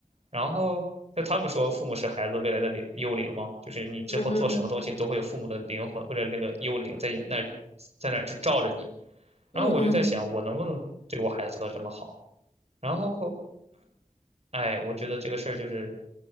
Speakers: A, on the right (about 50°); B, on the left (about 50°).
A: 然后就他们说，父母是孩子未来的灵幽灵嘛，就是你之后做什么东西都会有父母的灵魂或者那个幽灵在那儿
B: 嗯嗯
A: 在那儿就罩着你。然后我就在想，
B: 嗯嗯，
A: 我能不能对我孩子做到这么好？然后，哎，我觉得这个事儿就是